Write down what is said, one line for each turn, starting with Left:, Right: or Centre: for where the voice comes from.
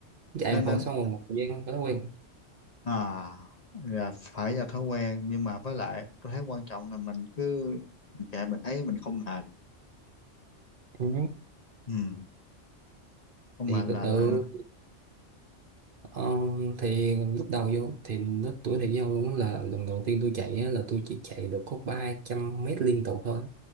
Right: dạy
Left: nên
Right: hồi
Left: nên
Right: sau một thời gian thói quen
Left: à là phải là thói quen nhưng mà với lại tôi thấy quan trọng là mình cứ mình chạy mình thấy mình không mệt
Right: Ừ.
Left: ừ không
Right: thì
Left: mệt là
Right: từ từ
Left: là
Right: ờ, thì lúc đầu vô thì nó tuổi thầy giao luôn á là lần đầu tiên tôi chạy á, là tôi chỉ chạy được có 300 mét liên tục thôi